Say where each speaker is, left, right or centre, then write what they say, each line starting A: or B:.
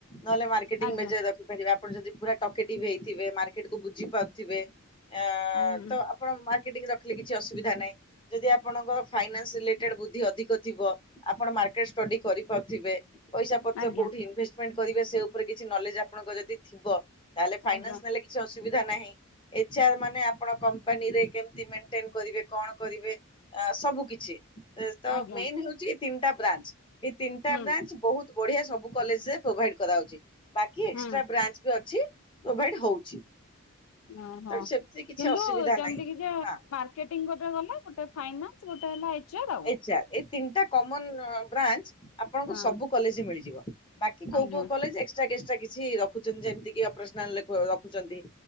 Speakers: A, on the left (about 20°); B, on the left (about 70°).
A: ନହେଲେ ମାର୍କେଟିଂ
B: ଆଜ୍ଞା
A: ମେଜର ରଖିପାରିବା ଆପଣ ଯଦି ପୁରା ଟକେଟିଭ ହେଇଥିବେ ମାର୍କେଟ କୁ ବୁଝି ପାରୁଥିବେ ଆ
B: ହୁଁ।
A: ତ
B: ହୁଁ
A: ଆପଣ ମା ର୍କେଟିଙ୍ଗ ରଖିଲେ କିଛି ଅସୁବିଧା ନାହିଁ ଯଦି ଆପଣଙ୍କ ଫାଇନାନ୍ସ ରିଲେଟେଡ ବୁଦ୍ଧି ଅଧିକ ଥିବ ଆପଣ ମାର୍କେଟ ଷ୍ଟଡି କରିପାରୁଥିବେ ପଇସା ପତ୍ର
B: ଆଜ୍ଞା
A: କୋଉଠି ଇନଭେଷ୍ଟମେଣ୍ଟ କରିବେ ସେ ଉପରେ କିଛି ନଲେଜ ଆପଣଙ୍କ ଯଦି ଥିବ ତାହେଲେ ଫାଇନାନ୍ସ
B: ଆଜ୍ଞା
A: ନେଲେ କିଛି ଅସୁ ସୁବିଧା ନାହିଁ ଏଚ୍ ଆର୍ ମାନେ ଆପଣ କମ୍ପାନୀରେ କେମତି ମେଣ୍ଟେନ୍ କରିବେ କଣ କରିବେ ସବୁ କିଛି ତ
B: ଆଜ୍ଞା
A: ମେନ୍ ହେଉଛି ଏ ତିନି ଟା ବ୍ରାଞ୍ଚ । ଏଇ ତିନିଟା
B: ହୁଁ
A: ବ୍ରାଞ୍ଚ ବହୁତ ବଢିଆ, ସବୁ କଲେଜରେ ପ୍ରୋଭାଇଡ କରାଯାଉଛି। ବାକି ଏକ୍ସଟ୍ରା
B: ହୁଁ
A: ବ୍ରାଞ୍ଚ ବି ଅଛି। ପ୍ରୋଭାଇଡ ହଉଛି।
B: ଓହୋ
A: ତ ସେମିତି କିଛି
B: କିନ୍ତୁ
A: ଅସୁବିଧା
B: ଯେମିତି
A: ନାହିଁ।
B: କି ଯେ
A: ହଁ
B: ମାର୍କେଟିଂ ଗୋଟେ ଗଲେ, ଗୋଟେ ଫାଇନାଲ ତ ଗୋଟେ ହେଲା ଏଚ ଆର ଆଉ।
A: ଏଇ ଏଚ୍ ଆର୍ ଏଇ ତିନିଟା କମନ ବ୍ରାଞ୍ଚ ଆପଣଙ୍କୁ
B: ହଁ
A: ସବୁ କଲେଜରେ ମିଳିଯିବ। ବାକି କୋଉ
B: ଆଜ୍ଞା
A: କୋଉ କଲେଜ ଏକ୍ସଟ୍ରା ଗେଷ୍ଟ <unintelligible> ଟା କିଛି ରଖୁଛନ୍ତି, ଯେମିତି କି ଅପରେସନାଲ ରେ ର ରଖୁଛନ୍ତି